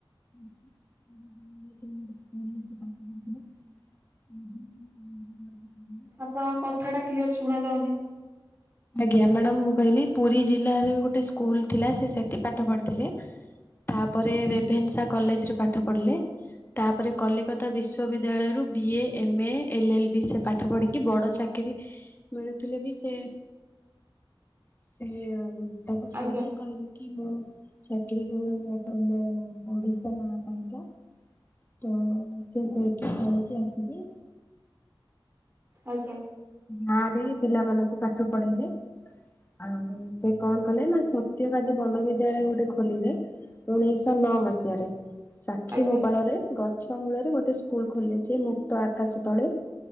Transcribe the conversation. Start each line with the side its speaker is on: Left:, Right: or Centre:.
Left: ହଁ <inaudible> ହୁଁ ହୁଁ ହଁ ହଁ <inaudible>
Right: ଆପଣଙ୍କ କଥା ଟା କ୍ଲିୟର ଶୁଣା ଯାଉନି।
Left: ଆଜ୍ଞା ମ୍ୟାଡାମ ମୁଁ କହିଲି ପୁରୀ ଜିଲ୍ଲାରେ ଗୋଟେ ସ୍କୁଲ ଥିଲା ସେ ସେଠି ପାଠ ପଢିଥିଲେ। ତାପରେ ରେଭେନ୍ସା କଲେଜରେ ପାଠ ପଢିଲେ। ତାପରେ କଲିକତା ବିଶ୍ୱବିଦ୍ୟାଳୟରୁ B A M A L L B ସେ ପାଠ ପଢିକି ବଡ ଚାକି କିରି ମିଳୁଥିଲେ ବି ସେ ସେ ତାକୁ ଛାଡି
Right: ଆଜ୍ଞା
Left: ଦେଇ କହିଲେ କି ମୁଁ ଚାକିରି କର ଆପଣ ଓଡିଶାଲା ଆପଣ କ <inaudible> ତ ସେ ଏଠି ପଢିକି ଆସିକି
Right: ଆଜ୍ଞା
Left: ଗାଁରେ ପିଲାମାନଙ୍କୁ ପାଠ ପଢେଇଲେ। ଆଉ ସେ କଣ କଲେ ନା ସତ୍ୟବାଦୀ ବନବିଦ୍ୟାଳୟ ଗୋଟେ ଖୋଲିଲେ। ଉଣେଇଶ ନଅ ମସିହାରେ ସାକ୍ଷୀ
Right: ଆଜ୍ଞା
Left: ଗୋପାଳରେ ଗଛ ମୂଳରେ ଗୋଟେ ସ୍କୁଲ ଖୋଲିଛି ମୁକ୍ତ ଆକାଶ ତଳେ